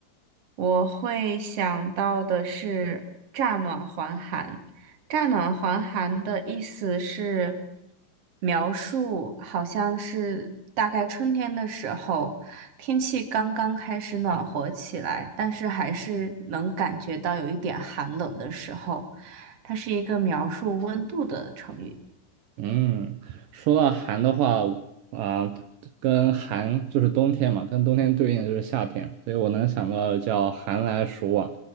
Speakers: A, on the right; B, on the right.
A: 我会想到的是乍暖还寒。乍暖还寒的意思是描述，好像是大概春天的时候，天气刚刚开始暖和起来，但是还是能感觉到有一点寒冷的时候，它是一个描述温度的成语。
B: 嗯，说到寒的话，啊、跟寒就是冬天嘛，跟冬天对应的就是夏天，所以我能想到的叫寒来暑往，